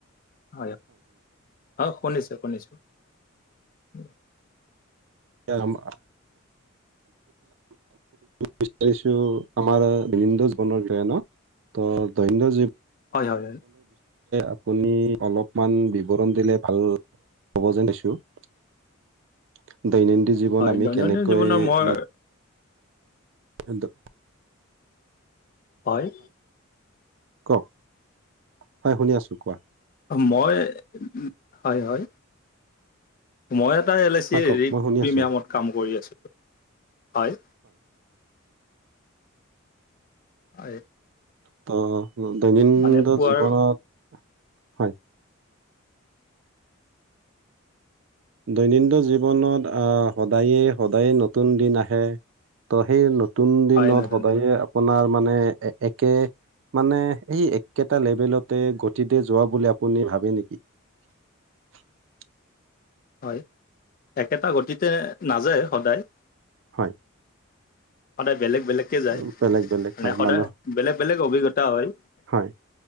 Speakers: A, on the left; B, on the right.
A: হয় অ শুনিছোঁ -শুনিছোঁ। উম
B: <unintelligible> বিচাৰিছো আমাৰ বিনন্দ জীৱনৰ কণ ত ধন জীৱ <unintelligible>
A: হয় হয় হয়।
B: আপুনি অলপমান বিৱৰণ দিলে ভাল হ'ব যেন পাইছো <unintelligible> দৈনন্দিন জীৱন
A: হয়
B: আমি
A: দৈনন্দিন
B: কেনেকৈ
A: জীৱনৰ মই
B: মানে। <inaudible>
A: হয়।
B: কওক হয় শুনি আছো কোৱা।
A: মই হয় হয় মই <unintelligible> এটা এল আই চি
B: হয় কওক
A: ৰেট
B: মই শুনি
A: প্ৰিমিয়ামত
B: আছোঁ
A: কাম কৰি আছিলো হয়। হয়।
B: ত দৈনন্দিন
A: মানে পুৱাৰ
B: জীৱনত হয়। দৈনন্দিন জীৱনত আহ সদায়ে সদায়ে নতুন দিন আহে। ত সেই নতুন দিনত
A: হয় নতুন
B: সদায়ে
A: দিনে
B: আপোনাৰ মানে একে। মানে সেই একেটা লেভেলতে গতিতে যোৱা বুলি আপুনি ভাবে নেকি? <unintelligible>
A: হয় একেটা গতিতে নাযায় সদায়।
B: হয়
A: সদায় বেলেগ বেলেগকে যায়,
B: উম, বেলেগ বেলেগ
A: মানে
B: হয়
A: সদায়
B: মানুহ
A: বেলেগ বেলেগ অভিজ্ঞতা হয়।
B: হয়